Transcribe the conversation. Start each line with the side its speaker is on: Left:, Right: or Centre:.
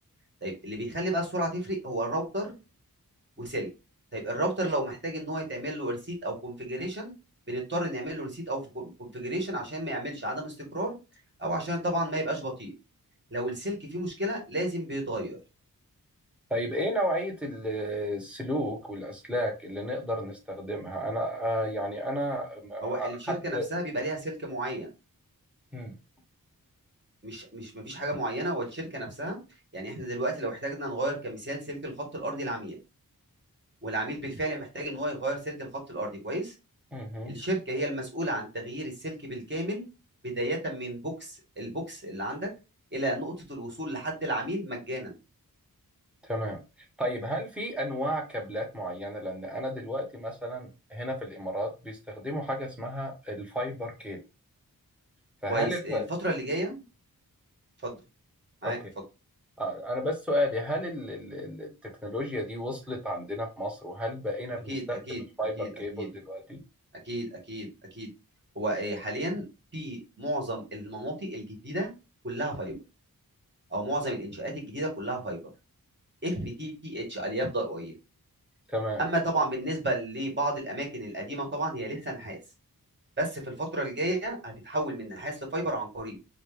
Right: طيب اللي بيخلي بقى السرعه تفرق هو الراوتر وسلك طيب الراوتر لو محتاج ان هو يتعمل له ريسيت او كونفيجريشن بنضطر نعمل له ريسيت او كونفيجريشن عشان ما يعملش عدم استقرار او عشان طبعا ما يبقاش بطيء لو السلك فيه مشكله لازم بيتغير
Centre: طيب إيه نوعية ال- السلوك والأسلاك اللي نقدر نستخدمها؟ أنا آه، يعني أنا على
Right: هو الشركه
Centre: حد
Right: نفسها بيبقى ليها سلك معين
Centre: مم.
Right: مش مش مفيش حاجه معينه والشركه نفسها يعني احنا دلوقتي لو احتاجنا نغير كمثال سلك الخط الارضي العميل والعميل بالفعل محتاج ان هو يغير سلك الخط الارضي كويس
Centre: مهم.
Right: الشركة هي المسؤولة عن تغيير السلك بالكامل بداية من بوكس البوكس اللي عندك إلى نقطة الوصول لحد العميل مجانا
Centre: تمام طيب هل في أنواع كابلات معينة؟ لأن أنا دلوقتي مثلا هنا في الإمارات بيستخدموا حاجة اسمها الفايبر كيب فهل
Right: كويس
Centre: ال...
Right: الفترة اللي جاية اتفضل معاك
Centre: أوكي
Right: اتفضل
Centre: آه، أنا بس سؤالي هل ال- ال- ال- التكنولوجيا دي وصلت عندنا في مصر وهل بقينا بنستخدم
Right: أكيد أكيد
Centre: الفايبر
Right: أكيد
Centre: كيبل
Right: أكيد
Centre: دلوقتي؟
Right: أكيد أكيد أكيد هو آه، حاليا في معظم المناطق الجديدة كلها فايبر أو معظم الإنشاءات الجديدة كلها فايبر اف تي تي اتش ألياف ضوئية
Centre: تمام
Right: أما طبعا بالنسبة لبعض الأماكن القديمة طبعا هي لسه نحاس بس في الفترة الجاية هتتحول من نحاس لفايبر عن قريب